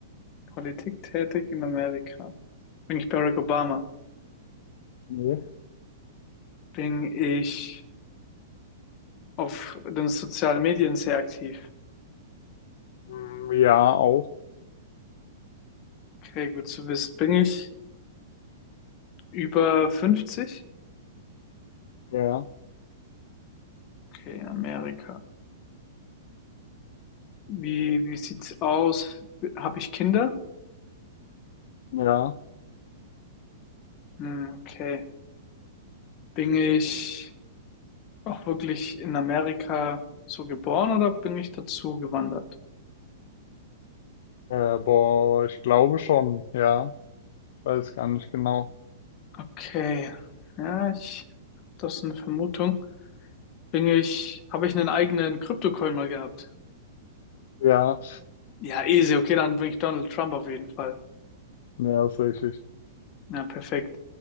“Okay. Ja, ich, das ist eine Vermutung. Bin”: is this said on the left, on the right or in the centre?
Left